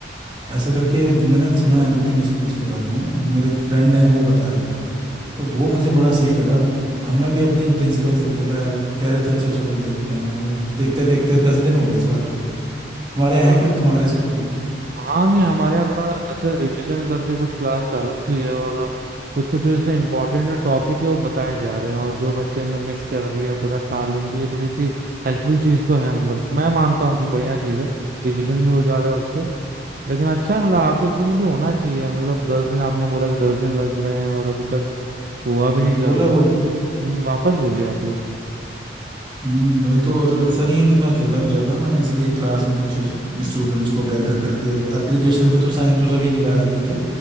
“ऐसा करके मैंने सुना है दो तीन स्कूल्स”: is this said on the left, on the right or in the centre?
Right